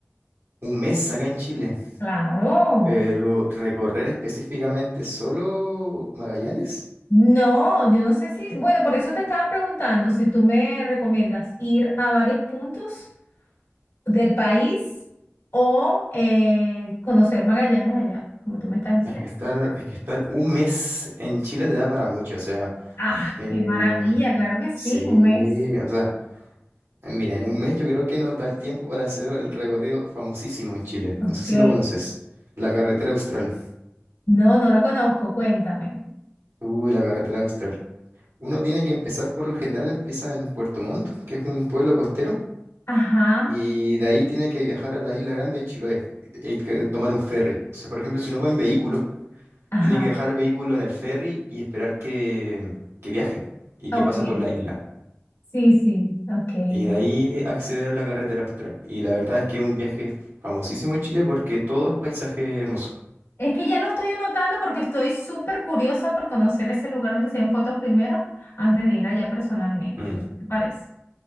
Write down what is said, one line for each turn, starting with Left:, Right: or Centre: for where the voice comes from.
Right: un mes acá en Chile,
Left: Claro.
Right: pero recorrer específicamente solo Magallanes.
Left: No, yo no sé si, bueno, por eso te estaba preguntando si tú me recomiendas ir a varios puntos del país o eh, conocer Magallanes allá, como tú me estás diciendo.
Right: Es que estar, es que estar un mes en Chile te da para mucho, o sea,
Left: Ah,
Right: eh,
Left: qué maravilla, claro que sí,
Right: sí,
Left: un mes.
Right: o sea, mira, en un mes yo creo que nos da el tiempo para hacer el recorrido famosísimo en Chile.
Left: Ok.
Right: No sé si lo conoces, la carretera austral.
Left: No, no la conozco, cuéntame.
Right: Uy, la carretera austral. Uno tiene que empezar, por lo general, empieza en Puerto Montt, que es un pueblo costero,
Left: Ajá,
Right: y de ahí tiene que viajar a la Isla Grande de Chiloé y y que tomar un ferry. O sea, por ejemplo, si uno va en vehículo,
Left: ajá,
Right: Tiene que dejar el vehículo en el ferry y esperar que, que viaje y que
Left: ok.
Right: pase por la isla.
Left: Sí, sí, ok.
Right: Y
Left: de-
Right: de ahí acceder a la carretera austral. Y la verdad es que es un viaje famosísimo en Chile porque todo es paisaje hermoso.
Left: Es que ya lo estoy anotando porque estoy súper curiosa por conocer ese lugar, aunque sean fotos primero, antes de ir allá personalmente.
Right: Mm,
Left: ¿Te parece?